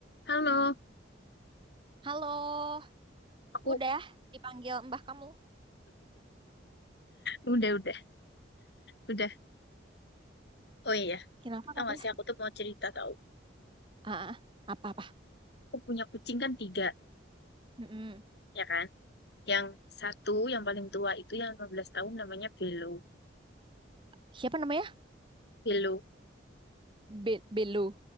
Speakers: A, on the left; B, on the right.
A: Halo,
B: Halo,
A: aku
B: udah dipanggil mbah kamu.
A: udah udah udah. Oh iya,
B: Kenapa
A: tau
B: katanya?
A: gak sih aku tuh mau cerita tau.
B: Ah, ah, apa-apa?
A: Aku punya kucing kan tiga,
B: Mm-mm.
A: ya kan? Yang satu yang paling tua itu yang 15 tahun namanya Belo.
B: Siapa namanya?
A: Belo,
B: Be- Belu.